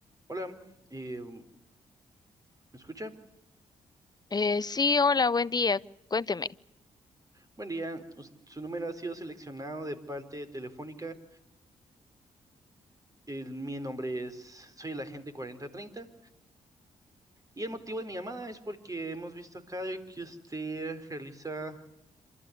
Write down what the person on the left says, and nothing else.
Eh, sí, hola, buen día. Cuénteme.